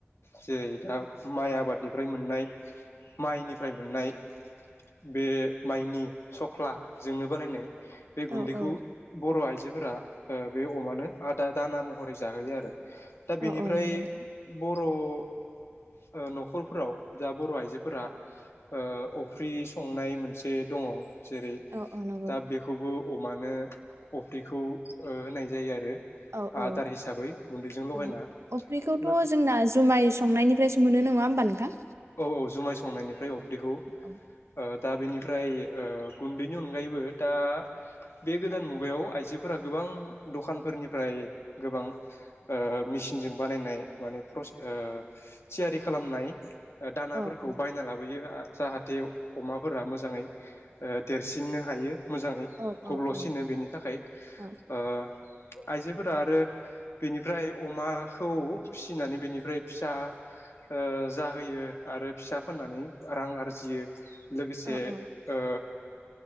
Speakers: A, on the left; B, on the right.
A: जेरै दा माइ आबादनिफ्राय मोननाय माइनिफ्राय मोननाय बे माइनि सख्ला जोंनो बानायनाय बे गुन्दैखौ
B: औ औ
A: बर आइ जोफोरा ओ बे अमानो आदार दाना महरै जाहोयो आरो दा बेनिफ्राय
B: औ औ नंगौ नोंथां
A: ब बर ओ नखरफोराव दा बर आइजोफोरा ओ अफ्रि संनाय मोनसे दङ जेरै
B: औ औ नंगौ
A: दा बेखौबो अमानो अफ्रिखौ होनाय जायो आरो
B: औ औ
A: आदार हिसाबै गुन्दैजों लगायना
B: औ अफ्रिखौथ
A: ना
B: जोंना जुमाय संनायनिफ्रायसो मोनो नङा होमबा नों थां
A: औ औ जुमाय संनायनिफ्राय अफ्रिखौ ओ
B: औ
A: दा बेनिफ्राय ओ गुन्दैनि अनगायैबो दा बे गोदान मुगायाव आइजोफोरा गोबां दखानफोरनिफ्राय गोबां ओ मेसिनजों बानायनाय माने प्रस ओ थियारि खालामनाय दानाफोरखौ
B: औ औ
A: बायना लाबोयो आ जाहाथे अमाफोरा मोजाङै ओ देरसिननो हायो मोजाङै
B: औ
A: गब्लसिनो
B: औ औ
A: बेनि थाखाय
B: औ
A: ओ आइजोफोरा आरो बेनिफ्राय अमाखौ फिसिनानै बेनिफ्राय फिसा ओ जाहोयो आरो फिसा फाननानै रां आरजियो लोगोसे
B: औ औ
A: ओ